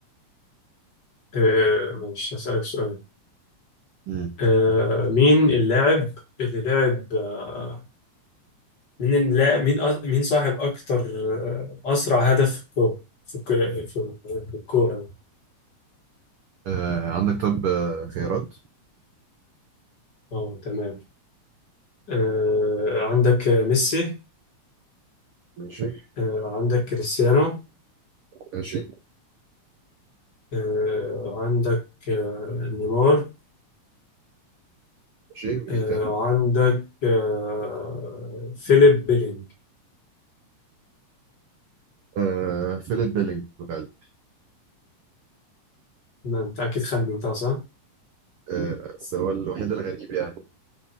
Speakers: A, on the left (about 40°); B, on the right (about 70°).
A: آه ماشي هسألك سؤال
B: مم.
A: آه مين اللاعب اللي لعب آه مين اللاعب مين أ... مين صاحب أكتر آه أسرع هدف في الكورة في الك- في- في الكورة
B: أه عندك طب آه، خيارات
A: اه تمام آه، عندك ميسي
B: ماشي
A: آه، عندك كريستيانو
B: ماشي
A: آه، عندك آه، نيمار
B: ماشي ومين
A: آه،
B: تاني
A: عندك آه، فيليب بيلينج
B: أه فيليب بيلينج في الغالب
A: ما انت اكيد خمنتها صح
B: آه، بس هو الوحيد الغريب يعني